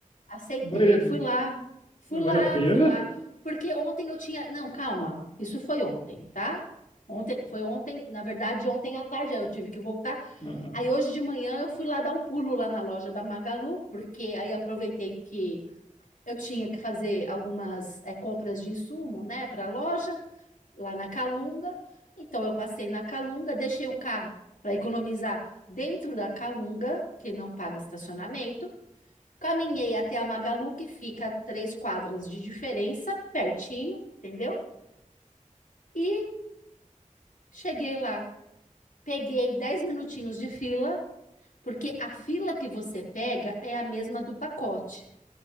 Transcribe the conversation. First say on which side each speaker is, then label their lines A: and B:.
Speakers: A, on the left (about 80°); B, on the left (about 45°).
A: Aceitei,
B: Vale, eh,
A: fui lá, fui lá,
B: vale a pena?
A: fui lá. Porque ontem eu tinha. Não, calma, isso foi ontem, tá? Ontem, foi ontem, na verdade, ontem à tarde, aí eu tive que voltar.
B: Ah,
A: Aí hoje de manhã eu fui lá dar um pulo lá na loja da Magalu, porque aí aproveitei que eu tinha que fazer algumas eh, compras de insumo, né, para a loja, lá na Calunga. Então eu passei na Calunga, deixei o carro para economizar dentro da Calunga, que não paga estacionamento. Caminhei até a Magalu, que fica a três quadras de diferença, pertinho, entendeu? E cheguei lá. Peguei 10 minutinhos de fila, porque a fila que você pega é a mesma do pacote.